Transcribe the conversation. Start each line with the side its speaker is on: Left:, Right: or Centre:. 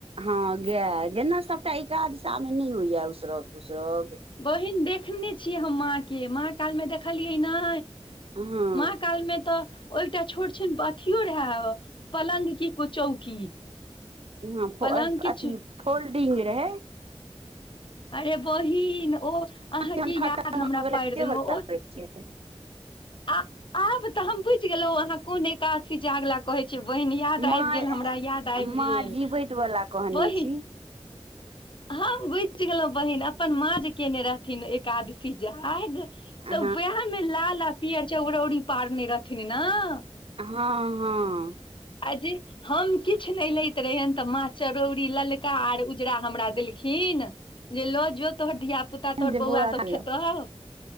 Right: हँ गाय जेना सबटा एकादशा मे नहि होइया उसरग पूसरग
Left: बहिन देखने छियै हम माँके माँ कालमे देखलियै ने
Right: हँ
Left: माँ काल में तऽ ओ एकटा छोट छिन अथियो रहै पलङ्ग की कु चौकी
Right: हँ
Left: पलङ्ग किछु
Right: अथी फोल्डिंग रहै
Left: अरे बहिन ओ अहाँ
Right: जहन
Left: कऽ
Right: खतम
Left: याद हमरा
Right: भऽ गेलै
Left: पारि
Right: से
Left: देल
Right: वला
Left: ओ
Right: करै छियै
Left: आ आब तऽ हम बुझ गेलहु अहाँ कोन एकादशी जागला कहै छियै बहिन याद
Right: माँ
Left: आबि गेल हमरा याद आबि
Right: माँ
Left: गेल
Right: जीवैत वला कहने
Left: बहि
Right: छी
Left: ह बुझि गेलहुं बहिन अपन माँ जे केने रहथिन एकादशी जाग
Right: हँ
Left: तऽ उएहमे लाल आ पिियर चराौरीी पारने रहथिन नऽ
Right: हँ हँ
Left: आ जे हम किछु नहि लैत रहेयन तऽ माँ चरौरी ललका आर उजरा हमरा देलखिन जे लऽ जो तोहर धियिया पुता तोहर
Right: जे
Left: बौआ सब
Right: खा
Left: खेतहु
Right: लेब